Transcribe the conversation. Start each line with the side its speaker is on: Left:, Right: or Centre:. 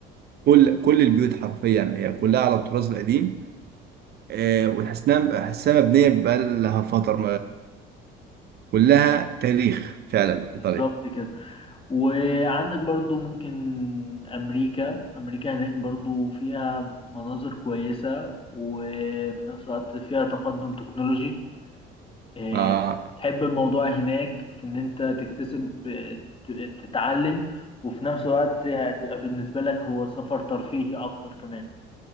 Right: كل كل البيوت حرفيا هي كلها على الطراز القديم آه وتحس انها حاسها مبنيه بقى لها فتره كلها تاريخ فعلا
Left: بالظبط
Right: ايطاليا
Left: كده وعندك برضو ممكن أمريكا أمريكا هناك برضو فيها مناظر كويسة وفي نفس الوقت فيها تقدم تكنولوجي آه،
Right: آه.
Left: حب الموضوع هناك في إن أنت تكتسب آه، ت- تتعلم وفي نفس الوقت هتبقى بالنسبة لك هو سفر ترفيهي أكتر كمان